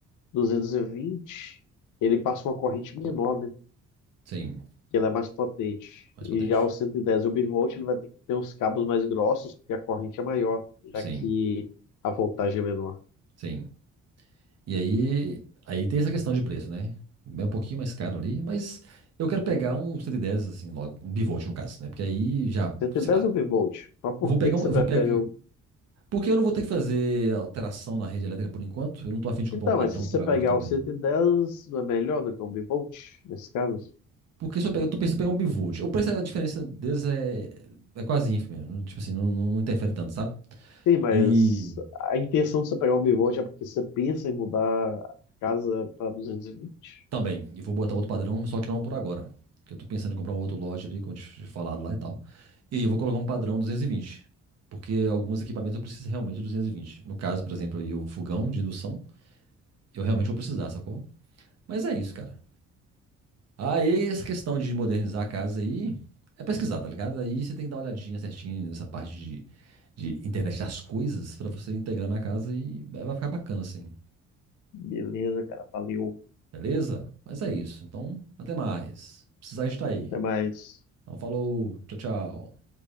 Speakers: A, on the left; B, on the right.
A: 220 ele passa uma corrente menor, né?
B: Sim,
A: Que ela é mais potente.
B: mais potente.
A: E já o 110 obvolt ele vai ter que ter uns cabos mais grossos, porque a corrente é maior, já
B: Sim,
A: que a voltagem é menor.
B: sim. E aí, aí tem essa questão de preço, né? É um pouquinho mais caro ali, mas eu quero pegar um 110 assim logo, um bivolt no caso, né? Porque aí já,
A: 110
B: sei lá.
A: obvolt. Mas por
B: Eu Vou pegar
A: que que
B: um,
A: você
B: eu
A: prefere
B: vou pegar,
A: o
B: Porque eu não vou ter que fazer alteração na rede elétrica por enquanto. Eu não tô afim de
A: Então,
B: comprar um padrão
A: mas se você
B: por
A: pegar
B: agora também.
A: o 110, não é melhor do que o bivolt, nesse caso?
B: Porque se eu pegar, eu tô pensando em pegar um bivolt. O preço, a diferença deles é, é quase ínfima. não- Tipo assim, não, não interfere tanto, sabe?
A: Sim, mas
B: E
A: a intenção de você pegar o bivolt é porque você pensa em mudar a casa para duzentos e vinte
B: também, e vou botar outro padrão, só que não por agora. Que eu tô pensando em comprar um outro lote ali, como eu tinha te falado lá e tal. E aí eu vou colocar um padrão 220. Porque alguns equipamentos eu preciso realmente de 220. No caso, por exemplo, aí o fogão de indução, eu realmente vou precisar, sacou? Mas é isso, cara. Aí, essa questão de modernizar a casa aí, é pesquisar, tá ligado? Aí você tem que dar uma olhadinha certinho nessa parte de, de internet das coisas pra você integrar na casa e é, vai ficar bacana assim,
A: Beleza, cara, valeu.
B: beleza? Mas é isso. Então, até mais. Precisar estar aí.
A: Até mais.
B: Então, falou, tchau, tchau.